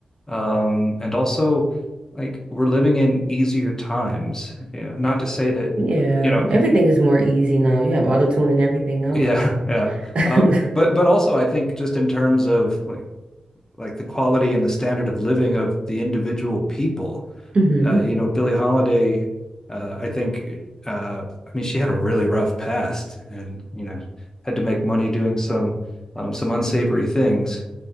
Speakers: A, on the left; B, on the right.
A: um, and also like we're living in easier times. You know, not to say that,
B: Yeah,
A: you know,
B: everything is more easy now. You have auto tune and everything
A: <laughs>
B: else.
A: yeah, yeah.
B: <laughs>
A: Um, but but also I think just in terms of like like the quality and the standard of living of the individual people.
B: hmm
A: Uh, you know, Billie Holiday, uh, I think, uh, I mean, she had a really rough past, and you know, had to make money doing some um, some unsavory things.